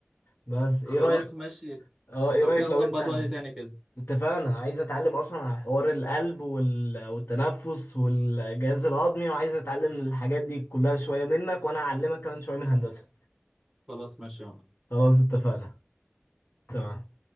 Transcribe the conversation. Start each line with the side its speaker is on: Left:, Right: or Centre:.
Left: بس ايه
Centre: خلاص
Left: رأيك
Centre: ماشي
Left: اه ايه
Centre: لو
Left: رأيك
Centre: كده نظبط
Left: لو والله
Centre: وقت
Left: انت
Centre: تاني كده
Left: اتفقنا عايز اتعلم اصلا على حوار القلب وال... والتنفس والجهاز الهضمي وعايز اتعلم الحاجات دي كلها شوية منك وانا اعلمك كمان شوية من هندسة
Centre: خلاص ماشي يا عم.
Left: خلاص اتفقنا تمام